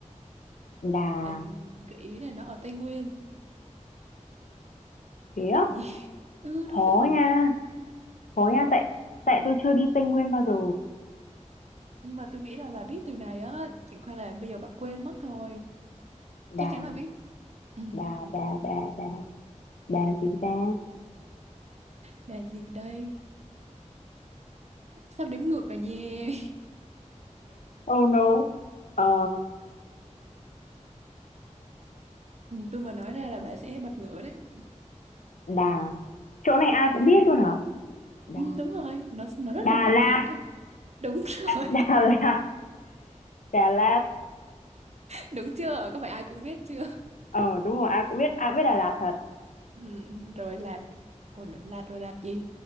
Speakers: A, on the left; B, on the right.
A: Đà
B: Bạn gợi ý này nó ở Tây Nguyên
A: khía
B: đà gì <laughs> ừ đúng
A: khó
B: rồi
A: nha khó nha tại tại tôi chưa đi Tây Nguyên bao giờ
B: nhưng mà tôi nghĩ là bà biết từ này á chẳng qua là bây giờ bà quên mất thôi
A: Đà
B: chắc chắn là biết ừ,
A: Đà Đà Đà Đà Đà gì ta
B: đà gì đây sắp đếm ngược rồi nha <laughs>
A: oh no ờ,
B: Ừ, tôi mà nói ra là bà sẽ bật ngửa đấy
A: Đà chỗ này ai
B: Ừ.
A: cũng biết luôn hả Đà
B: Ừ, đúng rồi, nó nó rất
A: Đà
B: là nổi
A: Lạt
B: tiếng cơ. Đúng <laughs> rồi,
A: <laughs> Đà Lạt Đà Lạt
B: đúng chưa? Có phải ai cũng biết chưa?
A: ờ đúng rồi ai cũng biết ai cũng biết Đà Lạt thật
B: Ừ, rồi lạt. Ủa, lạt rồi lạt gì?